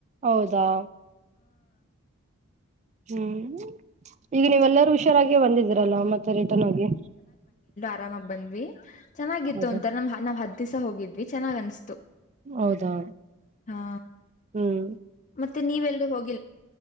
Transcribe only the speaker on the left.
ಆರಾಮಾಗ ಬಂದ್ವಿ ಚೆನ್ನಾಗಿತ್ತು
ಅಂತ ನಮ್ ನಾವ್ ಹದ್ ದಿವಸ ಹೋಗಿದ್ವಿ ಚೆನ್ನ್ ಅನ್ಸ್ತು
ಹಾ
ಮತ್ತೆ ನೀವೆಲ್ ಹೋಗಿ